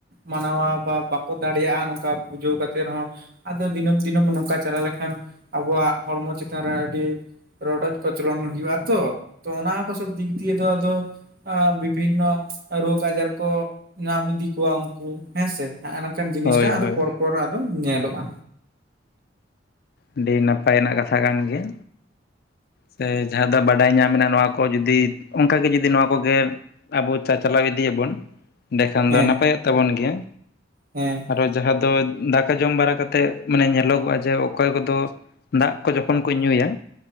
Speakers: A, on the right; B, on the left.
A: ᱢᱟᱱᱟᱣᱟ ᱵᱟ ᱵᱟᱠᱚ ᱫᱟᱲᱮᱭᱟᱜᱼᱟ ᱱᱚᱝᱠᱟ ᱵᱩᱡᱷᱟᱹᱣ ᱠᱟᱛᱮ ᱨᱮᱦᱚᱸ ᱟᱫᱚ ᱫᱤᱱᱟᱹᱢ ᱫᱤᱱᱟᱹᱢ ᱱᱚᱝᱠᱟ ᱪᱟᱞᱟᱣ ᱞᱮᱠᱷᱟᱱ ᱟᱵᱚᱣᱟᱜ ᱦᱚᱲᱢᱚ ᱪᱮᱛᱟᱱ ᱨᱮ ᱟᱹᱰᱤ ᱨᱚᱰᱚᱡ ᱠᱚᱪᱞᱚᱱ ᱦᱩᱭᱩᱜᱼᱟ ᱛᱚ, ᱛᱚ ᱚᱱᱟ ᱠᱚ ᱥᱚᱵ ᱫᱤᱠ ᱫᱤᱭᱮ ᱫᱚ ᱟᱫᱚ ᱟᱸ ᱢᱤᱫ ᱢᱟ ᱨᱳᱜᱽ ᱟᱡᱟᱨ ᱠᱚ ᱧᱟᱢ ᱤᱫᱤ ᱠᱚᱣᱟᱢ ᱩᱝᱠᱩ ᱦᱮᱸᱥᱮ? ᱦᱟᱸᱜ ᱱᱟᱝᱠᱟᱱ ᱡᱤᱱᱤᱥᱴᱟᱜ
B: ᱦᱳᱭ ᱦᱳᱭ
A: ᱟᱫᱚ ᱯᱚᱨ ᱯᱚᱨ ᱟᱫᱚ ᱧᱮᱞᱚᱜᱼᱟ᱾
B: ᱟᱹᱰᱤ ᱱᱟᱯᱟᱭ ᱱᱟᱜ ᱠᱟᱛᱷᱟ ᱠᱟᱱ ᱜᱮᱭᱟ᱾ ᱥᱮ ᱡᱟᱦᱟᱸ ᱫᱚ ᱵᱟᱰᱟᱭ ᱧᱟᱢᱱᱟ ᱱᱚᱣᱟ ᱠᱚ ᱡᱩᱫᱤ ᱚᱱᱠᱟᱜᱮ ᱡᱩᱫᱤ ᱱᱚᱣᱟ ᱠᱚᱜᱮ ᱟᱵᱚ ᱪᱟ-ᱪᱟᱞᱟᱣ ᱤᱫᱤᱭᱟ ᱵᱚᱱ ᱮᱸᱰᱮᱠᱷᱟᱱ
A: ᱦᱮᱸ
B: ᱫᱚ ᱱᱟᱯᱟᱭᱼᱚᱜ ᱛᱟᱵᱚᱱ ᱜᱮᱭᱟ᱾
A: ᱦᱮᱸ᱾
B: ᱟᱨᱚ ᱡᱟᱦᱟᱸ ᱫᱚ ᱫᱟᱠᱟ ᱡᱚᱢ ᱵᱟᱲᱟ ᱠᱟᱛᱮ ᱢᱟᱱᱮ ᱧᱮᱞᱚᱜᱚᱜᱼᱟ ᱡᱮ ᱚᱠᱚᱭ ᱠᱚᱫᱚ ᱫᱟᱜ ᱠᱚ ᱡᱚᱠᱷᱚᱱ ᱠᱚ ᱧᱩᱭᱟ